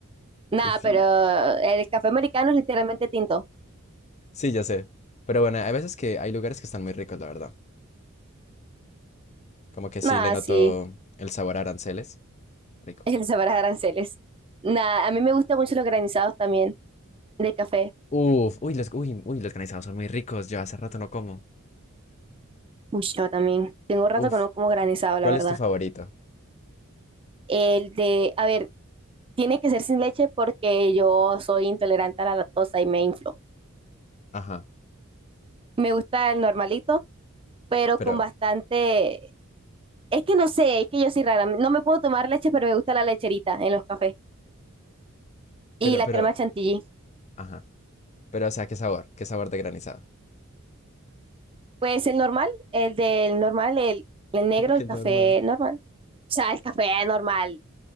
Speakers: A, on the right; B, on the left.
A: Nada,
B: Pues sí.
A: pero el café americano es literalmente tinto.
B: Sí, ya sé. Pero bueno, hay veces que hay lugares que están muy ricos, la verdad. Como que sí
A: Nada,
B: le noto
A: sí,
B: el sabor a aranceles.
A: <laughs>
B: Rico.
A: el sabor a aranceles. Nada, a mí me gustan mucho los granizados también, de café.
B: Uf, uy, los, uy, uy, los granizados son muy ricos. Yo hace rato no como.
A: Uy, yo también. Tengo rato
B: Uf,
A: que no como granizado,
B: ¿cuál
A: la verdad.
B: es tu favorito?
A: El de, a ver, tiene que ser sin leche porque yo soy intolerante a la lactosa y me inflo.
B: Ajá,
A: Me gusta el normalito, pero
B: pero,
A: con bastante... Es que no sé, es que yo soy rara. No me puedo tomar leche, pero me gusta la lecherita en los cafés y
B: pero,
A: la
B: pero,
A: crema chantilly.
B: ajá. Pero, o sea, ¿qué sabor? ¿Qué sabor de granizado?
A: Pues el normal, el del normal, el, el negro,
B: Como que
A: el
B: el
A: café
B: normal.
A: normal. O sea, el café normal,